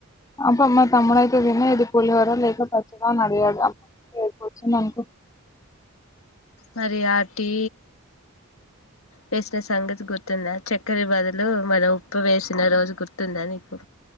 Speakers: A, on the left (about 15°); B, on the left (about 75°).
A: అబ్బా మా తమ్ముడుఅయి ఇదేనా ఏది పోలివార లేక పచ్చడ అని అడిగాడు, అం ఏడపొచ్చిందనుకో
B: మరి ఆ టీ వేసిన సంగతి గుర్తుందా, చక్కర బదులు, మన ఉప్పు వేసిన రోజు గుర్తుందా నీకు